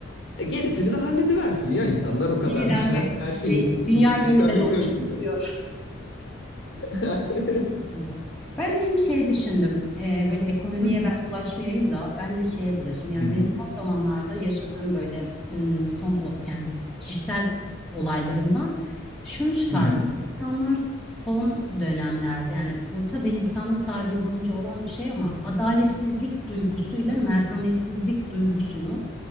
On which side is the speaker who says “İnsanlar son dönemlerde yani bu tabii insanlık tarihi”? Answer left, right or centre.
Centre